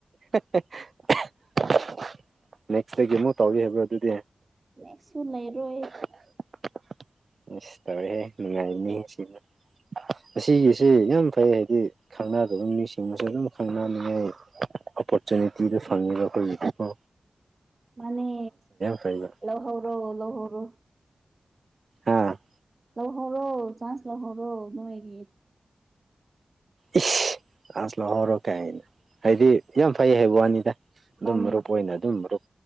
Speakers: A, on the right; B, on the right.
A: <unintelligible> ꯅꯦꯛꯁꯇꯒꯤ ꯑꯃꯨꯛ ꯇꯧꯔꯤ ꯍꯥꯏꯕ꯭ꯔꯣ ꯑꯗꯨꯗꯤ
B: ꯅꯦꯛꯁꯁꯨ ꯂꯩꯔꯣꯏꯌꯦ
A: <unintelligible> ꯑꯁ ꯇꯧꯔꯦꯍꯦ ꯅꯨꯡꯉꯥꯏ ꯃꯤ ꯁꯤꯅ ꯑꯁꯤꯒꯤꯁꯤ ꯌꯥꯝ ꯐꯩ ꯍꯥꯏꯗꯤ ꯈꯪꯅꯗꯕ ꯃꯤꯁꯤꯡꯕꯨꯁꯨ ꯑꯗꯨꯝ ꯈꯪꯅꯅꯤꯡꯉꯦ ꯑꯣꯄꯣꯔꯆꯨꯅꯤꯇꯤꯗꯨ ꯐꯪꯉꯤꯕ ꯑꯩꯈꯣꯏꯒꯤꯗꯤ ꯀꯣ
B: ꯃꯅꯤ
A: ꯐꯩꯕ
B: ꯂꯣꯍꯧꯔꯣ ꯂꯣꯍꯧꯔꯣ
A: ꯑ
B: ꯂꯧꯍꯧꯔꯣ ꯆꯥꯟꯁ ꯂꯧꯍꯧꯔꯣ ꯅꯣꯏꯒꯤ
A: ꯏꯁ ꯆꯥꯟꯁ ꯂꯧꯍꯧꯔꯣ ꯀꯥꯏꯅ ꯍꯥꯏꯗꯤ ꯌꯥꯝ ꯐꯩ ꯍꯥꯏꯋꯥꯅꯤꯗ ꯑꯗꯨꯝ
B: ꯃꯥꯅꯦ
A: ꯃꯔꯨꯞ
B: ꯃꯥꯅꯦ
A: ꯑꯣꯏꯅ ꯑꯗꯨꯝ ꯃꯔꯨꯞ